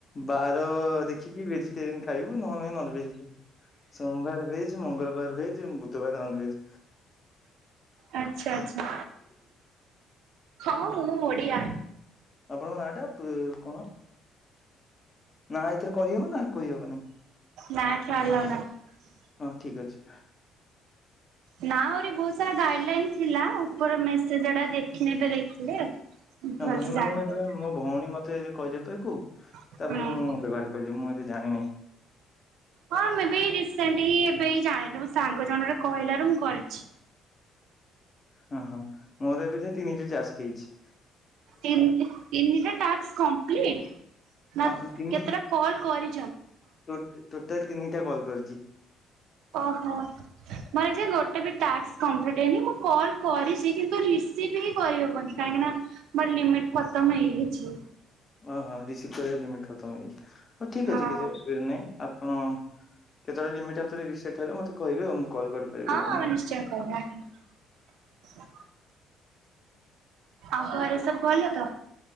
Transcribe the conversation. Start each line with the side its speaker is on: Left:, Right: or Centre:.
Left: ବାର ଦେଖିକି ଭେଜିଟେରିୟନ ଖାଇବୁ ନହେଲେ ନନ ଭେଜିଟେରି ସୋମବାର ଭେଜ ମଙ୍ଗଳବାର ଭେଜ ବୁଧବାର ନନ ଭେଜ।
Right: ଆଛା ଆଛା ହଁ ମୁଁ ଓଡିଆ,
Left: ଆପଣଙ୍କ ନାଟା କଣ? ନା ଏଥିରେ କହିହବ ନା କହିହବନି?
Right: ନା ଫାଁ ଆଲାଉ ନାହିଁ।
Left: ହଁ ଠିକ ଅଛି।
Right: ନା ଆହୁରି ବହୁତ ସାରା ଗାଇଡ ଲାଇନ୍ ଥିଲା ଉପର ମେସେଜଡା ଦେଖିନିତ ଦେଖିଲେ।
Left: ହଁ
Right: ଭଲସେ
Left: ହ ମୁଁ
Right: ଜାଣିପାରିବି
Left: ଏବେ ମୋ ଭଉଣୀ ମତେ କହିିଲ ତ କ
Right: ହୁଁ
Left: ତାପରେ
Right: ହୁଁ
Left: ମୁଁ ବ୍ୟବହାର କଲିି ମୁଁ ଏତେ ଜାଣିନି
Right: ହଁ ମୁ ବି ରିସେଣ୍ଟ ହ ଏବେ ଜାଣିଲୁ ସାଙ୍ଗ ଜଣ ର କହିଲାରୁ ମୁଁ କରିଛି
Left: ହ ହଁ ମୋର ଏବେ ତିନିଟି ଚାଷ ଖଛି
Right: ତିନିଟା ଟା କପ୍ଟ ନା
Left: ହଁ ତିନି
Right: କେତେଟା କଲ କରି
Left: ଟୋ ଟୋଟା ତିନିଟା କଲ କରୁଛି
Right: ଓହୋ ମୋର ଏ ଗୋଟେ ବି ଟାକ୍ କମ୍ପ୍ଲିଟ୍ ହେଇନି ମୁଁ କଲ୍ କରିଛି କିନ୍ତୁ ରିସିଭ୍ ହିଁ କରିହବନି କାହିଁକି ନା ମର ଲିମିଟ ଖତମ ହେଇଯାଇଛି
Left: ଓହଁ ରିସିଭ କରିବାମି ଖମ ହେଇଯାଇଛି ହଉ ଠିକ୍
Right: ହଁ
Left: ଅଛି କିଛି ଅସୁବିଧା ନାହିଁ ଆପଣ କେତେବେଳେ ଲମିଟ୍ଉଥ ରିେଟ ହେିବ ମତେହିବେ ଆ ମୁଁ କଲ୍ କରିପାରିବି
Right: ହଁ
Left: ଆପଣଙ୍କୁ
Right: ଆମେ ନିଶ୍ଚୟ କ ଆଉ
Left: ଠିକ୍
Right: ଘରେ
Left: ଅଛି।
Right: ସବୁ ଭଲ ତ